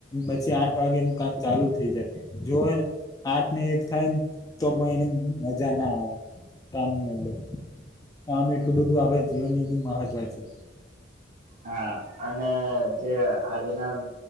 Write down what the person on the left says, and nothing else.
પછી આઠ વાગે નું કામ ચાલુ થઈ જાય જો એને આઠ ને એક થાયને તો પણ એને મજા ના આવે કામની અંદર આમ એટલું બધું આપડ જીવનની મહત્વ છે.